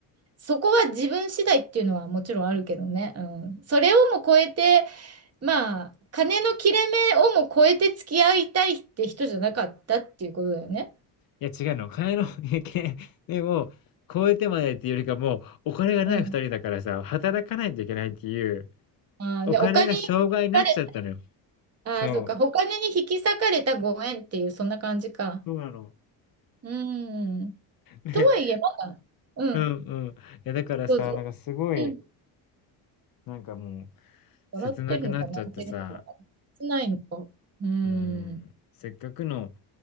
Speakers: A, on the right; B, on the left.
A: そこは自分次第っていうのはもちろんあるけどね。うん。それをも超えて、まあ、金の切れ目をも超えて付き合いたいって人じゃなかったっていうことだよね。
B: いや違うの、金の <laughs> 経験でも、超えてまでっていうよりかもう、お金がない二人だからさ、
A: うん。
B: 働かないといけないっていう、
A: あー、
B: お金が障害になっちゃったのよ。
A: で、お金に取られああ、
B: そう。
A: そうか。お金に引き裂かれたご縁っていう、そんな感じか。
B: そうなの。
A: うん。
B: ね
A: とはいえ、まだ、うん、
B: うんうん。いや、だからさ、
A: どうぞ。
B: なんかすごい、
A: うん。
B: なんかもう、
A: 笑ってるのか、
B: 切なくなっちゃってさ、
A: 泣いてるのか、切ないのか。うん。
B: うん、せっかくの